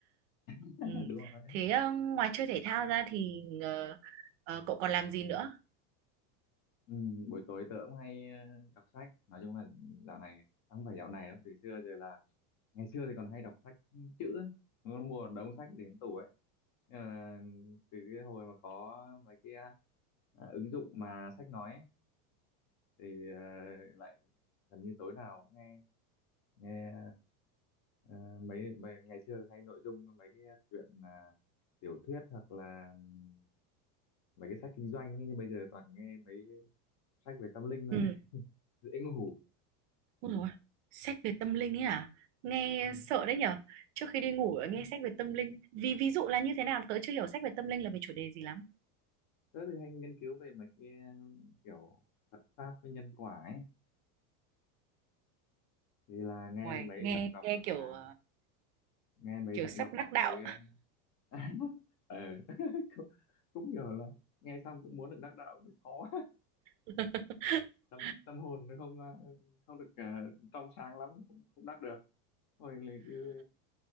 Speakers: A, on the left; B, on the right.
A: <laughs>
B: Ừ.
A: đúng rồi
B: Thế ờ, ngoài chơi thể thao ra thì ờ, ờ, cậu còn làm gì nữa?
A: ừ, buổi tối tớ cũng hay ờ, đọc sách nói chung là dạo này không phải dạo này đâu từ xưa giờ là ngày xưa thì còn hay đọc sách chữ ấy. nó mua một đống sách đến tủ ấy Ờ, từ cái hồi mà có mấy cái à, ứng dụng mà sách nói ấy, thì ờ, lại gần như tối nào cũng nghe nghe ờ, mấy, mấy ngày xưa hay nội dung mấy cái chuyện là tiểu thuyết hoặc là ừm, mấy cái sách kinh doanh ấy, nhưng bây giờ toàn nghe mấy cái sách về tâm linh thôi
B: Ừ.
A: <laughs> dễ ngủ
B: Ôi dồi, ôi, sách về tâm linh ấy à? Nghe
A: Thế
B: sợ đấy nhở. Trước khi đi ngủ
A: rồi
B: ờ, nghe sách về tâm linh. Vì ví dụ là như thế nào? Tớ chưa hiểu sách về tâm linh là về chủ đề gì lắm.
A: tớ thì hay nghiên cứu về mấy cái ừm, kiểu Phật pháp với nhân quả ấy thì là nghe
B: Ngoài
A: được mấy
B: nghe
A: giọng đọc
B: nghe
A: à,
B: kiểu ờ,
A: nghe mấy
B: kiểu
A: giọng
B: sắp
A: đọc
B: đắc
A: những
B: đạo.
A: mấy <laughs> ờ <laughs> cũng, cũng hiểu là nghe xong cũng muốn được đắc đạo thì khó
B: <laughs>
A: tâm tâm hồn nó không ờ, không được ờ, trong sáng lắm cũng không đắc được thôi lại cứ,